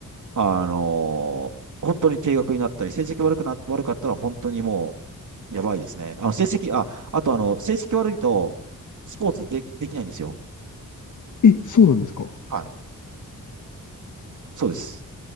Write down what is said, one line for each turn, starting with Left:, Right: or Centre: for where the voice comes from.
Right: あのー本当に低額になったり、成績悪くな、悪かったら本当にもう、やばいですね。あの、成績、あ、あとあの、成績悪いと、スポーツで、できないんですよ。
Left: え、そうなんですか
Right: はい。そうです。